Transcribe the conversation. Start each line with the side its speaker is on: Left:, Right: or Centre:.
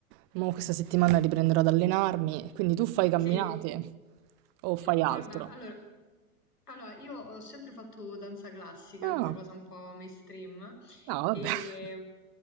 Right: Mo questa settimana riprenderò ad allenarmi, quindi tu fai camminate
Left: Sì?
Right: o fai
Left: Guarda,
Right: altro?
Left: allora, allora, io ho sempre fatto danza classica,
Right: Ah,
Left: una cosa un po' mainstream,
Right: no, vabbè.
Left: e
Right: <laughs>